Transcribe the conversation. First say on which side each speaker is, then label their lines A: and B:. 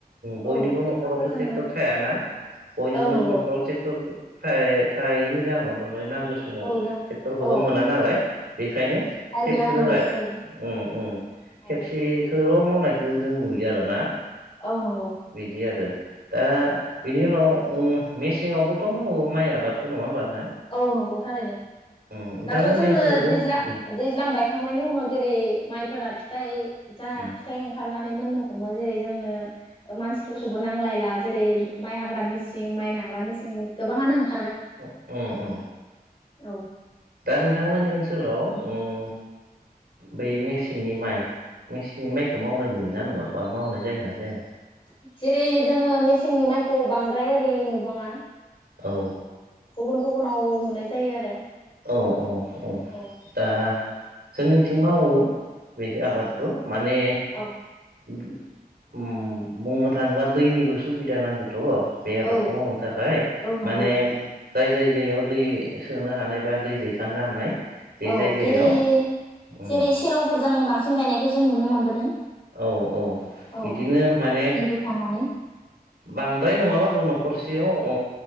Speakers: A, on the right (about 85°); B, on the left (about 35°).
A: बयनिबो
B: औ ट्रेक्टरफोरजोंनो
A: न'खरावथ' ट्रेक्टर थायाना बयनिबो
B: औ नंगौ
A: न'खराव ट्रेक्टर थाय-थायैनि जाहोनाव थारमाने नां गौ समाव
B: औ जों
A: ट्रेक्टरखौबो
B: औ
A: मोना नालाय बेखायनो
B: हाजिरा
A: खेबसेबो
B: होनांगौसो
A: जाया
B: जायो
A: उम उम
B: औ
A: खेबसेखो सेल' मावनायखो जों नुयो आरोना
B: औ नंगौ
A: बिदि आरो दा बिनि उनाव उम मेसेंआवबोथ' मावो माइ आबादखो नङा होमबा नो
B: औ नंगौ थारैनो
A: नोंथांमोननि
B: दाथ' जोंनो
A: ओनसोलावबो
B: खो दैज्ला
A: उम
B: दैज्लां बायखांनायनि उनाव जेरै माइफोरा फि दाय जा
A: उम
B: फिथाइ ओंखारनानै मोननो हमो जेरै जोंनो ओ मानसिफोरखौबो नांलायला जेरै माइ हाग्रा मेसिं माइ ना रा मिसिं गोबाङानो ओंख
A: अ अ अ
B: औ
A: दा नोंथांमोननि ओनसोलाव उम बै मेसेंनि माइ मेसेंनि माइखौ मावनाय नुयोना नुवा बा मावनाय जायोना जाया?
B: है जेरै जोङो मेसेंनि माइखौ बांद्राय ओरै नुबाङा।
A: औ
B: गुबुन गुबुनाव नुनाय जायो आरो
A: औ अ अ
B: औ
A: दा जोंनिथिं मावो। बेखो आबादखौ
B: औ
A: माने
B: औ
A: उमहो उम बुंनो थाङोबा दैनिबो सुबिदा नांगोन। थ' बे आबादखौ
B: औ
A: मावनो थाखाय
B: औ नंगौ
A: माने जाय जायगायाव दै ओ सोनो हानाय बा दै दैखांनो हानाय बे
B: औ
A: जायगायाव
B: जेरै
A: उम
B: जेरै सेल'फोर जों बांसिन गायनायखौ जों नुनो मोनबोदों।
A: औ औ
B: औ
A: बिदिनो माने
B: दै बोखांनानै
A: बांद्राय नङाबाबो न'ख खरसेयाव अ